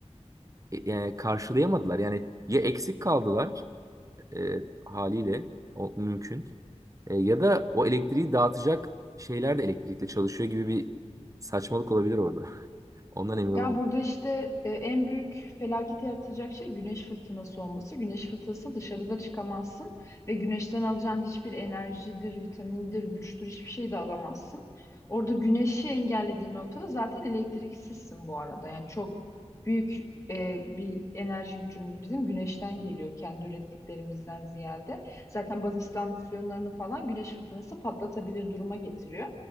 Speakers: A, on the right; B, on the left.
A: e, yani karşılayamadılar. Yani ya eksik kaldılar e, haliyle o mümkün. E, ya da o elektriği dağıtacak şeyler de elektrikle çalışıyor gibi bir saçmalık olabilir orada. <laughs> Ondan emin
B: Ya
A: olamadım.
B: burada işte e, en büyük felaketi yaratacak şey güneş fırtınası olması. Güneş fırtınası dışarıda çıkamazsın ve güneşten alacağın hiçbir enerjidir, vitamindir, güçtür hiçbir şey de alamazsın. Orada güneşi engellediğin noktada zaten elektriksizsin bu arada. Yani çok büyük e, bir enerji gücümüz bizim güneşten geliyor kendi ürettiklerimizden ziyade. Zaten baz istasyonlarını falan güneş fırtınası patlatabilir duruma getiriyor.